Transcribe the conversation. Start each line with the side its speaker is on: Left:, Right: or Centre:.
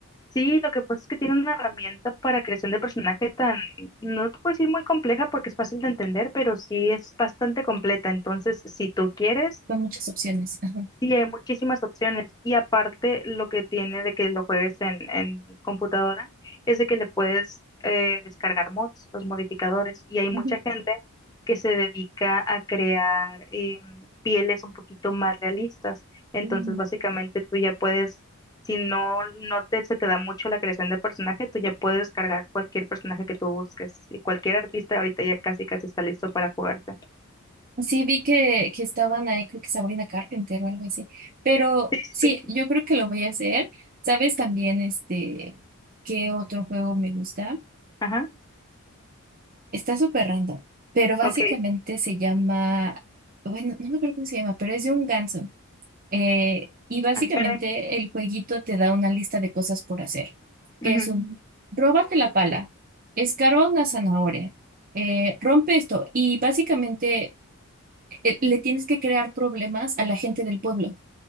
Left: Sí, lo que pasa es que tiene una herramienta para creación de personaje tan, no te puedo decir muy compleja porque es fácil de entender, pero sí es bastante completa, entonces si tú quieres...
Right: con muchas opciones. Ajá.
Left: Sí, hay muchísimas opciones y aparte lo que tiene de que lo juegues en, en computadora es de que le puedes eh, descargar mods, los modificadores, y hay mucha
Right: Ujú.
Left: gente que se dedica a crear em, pieles un poquito más realistas. Entonces,
Right: Mm.
Left: básicamente tú ya puedes, si no, no te, se te da mucho la creación de personaje, tú ya puedes descargar cualquier personaje que tú busques y cualquier artista ahorita ya casi casi está listo para jugarte. <laughs>
Right: Sí, vi que, que estaban ahí, creo que Sabrina Carpenter o algo así, pero
Left: Sí,
Right: sí,
Left: sí.
Right: yo creo que lo voy a hacer. ¿Sabes también este qué otro juego me gusta?
Left: Ajá,
Right: Está súper random, pero básicamente
Left: ok.
Right: se llama, bueno, no me acuerdo cómo se llama, pero es de un ganso. Eh, y básicamente
Left: Ah, caray.
Right: el jueguito te da una lista de cosas por hacer,
Left: Ujú,
Right: que es un, róbate la pala, escarba una zanahoria, eh, rompe esto y básicamente eh, le tienes que crear problemas a la gente del pueblo.